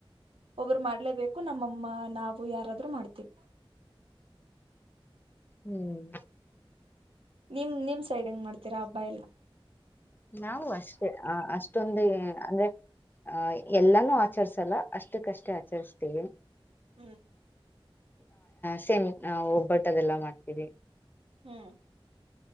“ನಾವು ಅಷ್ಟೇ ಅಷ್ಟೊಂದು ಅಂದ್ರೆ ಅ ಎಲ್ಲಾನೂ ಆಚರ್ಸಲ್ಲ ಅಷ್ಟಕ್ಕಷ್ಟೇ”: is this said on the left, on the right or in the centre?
Left